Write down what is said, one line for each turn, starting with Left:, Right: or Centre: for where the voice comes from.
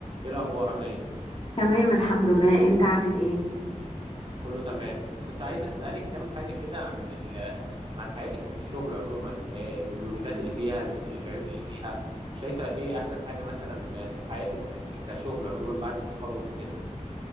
Right: ايه الاخبار عامله ايه
Left: تمام الحمد لله انت عامل ايه
Right: كله تمام كنت عايز اسالك كام حاجه كده عن ال... عن حياتك في الشغل عموما إيه الميزات اللي فيها العيوب اللي فيها شايفه ايه احسن حاجه مثلا في حياتك ك- كشغل عموما بعد التخرج وكده